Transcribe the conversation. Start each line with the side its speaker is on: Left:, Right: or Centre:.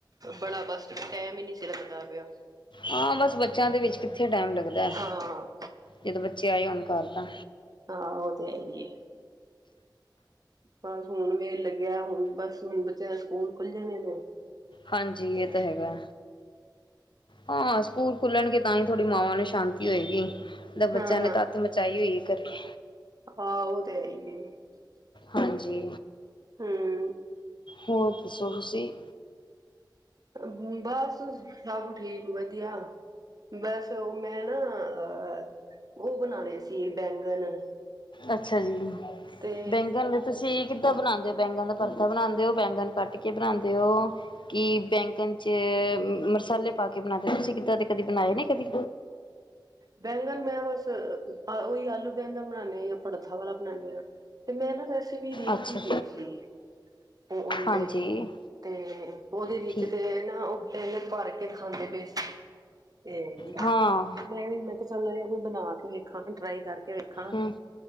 Right: ਬੜਾ ਬਸਟ ਟਾਇਮ ਹੀ ਨਹੀਂ ਸੀ ਲੱਗਦਾ ਪਿਆ।
Left: ਹਾਂ ਬਸ ਬੱਚਿਆਂ ਦੇ ਵਿੱਚ ਕਿੱਥੇ ਟੈਮ ਲੱਗਦਾ,
Right: ਹਾਂ
Left: ਜਦੋਂ ਬੱਚੇ ਆਏ ਹੋਣ ਘਰ ਤਾਂ।
Right: ਹਾਂ ਉਹ ਤੇ ਹੈ ਹੀ ਐ। ਬਸ ਹੁਣ ਵੇਹਲ ਲੱਗਿਆ ਹੁਣ ਬਸ ਹੁਣ ਬੱਚਿਆਂ ਦੇ ਸਕੂਲ ਖੁੱਲ ਜਾਣੇ ਨੇ।
Left: ਹਾਂਜੀ
Right: ਤੇ
Left: ਏ ਤਾਂ ਹੈਗਾ। ਹਾਂ ਸਕੂਲ ਖੁੱਲਣਗੇ ਤਾਂ ਹੀ ਥੋੜੀ ਮਾਵਾਂ ਨੂੰ ਸ਼ਾਂਤੀ ਹੋਏਗੀ, ਨਹੀਂ ਤਾਂ ਬੱਚਿਆਂ
Right: ਹਾਂ
Left: ਨੇ ਅੱਤ ਮਚਾਾਈ ਹੋਈ ਏ ਘਰੇ।
Right: ਹਾਂ ਉਹ ਤੇ ਹੈ ਹੀ ਐ।
Left: ਹਾਂਜੀ।
Right: ਹੂੰ।
Left: ਹੋਰ ਦਸੋ ਤੁਸੀਂ?
Right: ਬ ਹੁੰਦਾ ਸਬ ਠੀਕ। ਵਧੀਆ, ਬਸ ਉਹ ਮੈਂ ਨਾ ਅ- ਉਹ ਬਣਾਉਣੇ ਸੀ ਬੈਂਗਨ।
Left: ਅੱਛਾ ਜੀ,
Right: ਤੇ
Left: ਬੈਂਗਣ ਦੇ ਤੁਸੀਂ ਇਕ- ਕਿਤਰਾਂ ਬਣਾਉਂਦੇ ਹੋ ਬੈਂਗਣ ਦਾ ਪਰਥਾ ਬਣਾਉਂਦੇ ਹੋ ਬੈਂਗਣ ਕੱਟ ਕੇ ਬਣਾਉਂਦੇ ਹੋ? ਕਿ ਬੈਂਗਣ ਚ ਮਸਾਲੇ ਪਾ ਕੇ ਬਣਾਦੇ ਤੁਸੀਂ ਕਿੱਦਾਂ ਦੇ ਕਦੀ ਬਣਾਏ ਨੇ ਕਦੀ?
Right: ਬੈਂਗਣ ਮੈਂ ਬਸ ਉਹੀ ਆਲੂ ਬੈਂਗਣ ਬਣਾਉਦੇ ਹਾਂ ਜਾਂ ਪੜਥਾ ਵਾਲਾ ਬਣਾਉਦੇ ਹਾਂ। ਤੇ ਮੈਂ ਨਾ ਰੈਸਪੀ ਦੇਖਦੀ
Left: ਅੱਛਾ
Right: ਪਈ ਸੀ, ਓ ਉਹਂਦੇ।
Left: ਹਾਂਜੀ
Right: ਤੇ ਉਹਦੇ ਵਿੱਚ
Left: ਠੀਕ
Right: ਤੇ ਨਾ ਉਹ, ਏਹ ਭਰ ਕੇ ਦਿਖਾਂਦੇ ਪਏ ਸੀ, ਤੇ-
Left: ਹਾਂ
Right: ਮੈਂ ਵੀ ਮੈਂ ਕਿਹਾ ਚੱਲ ਇਹਨੂੰ ਬਣਾ ਕੇ ਵੇਖ- ਵੇਖਾਂ ਟਰਾਈ ਕਰਕੇ ਵੇਖਾਂ,
Left: ਹਮ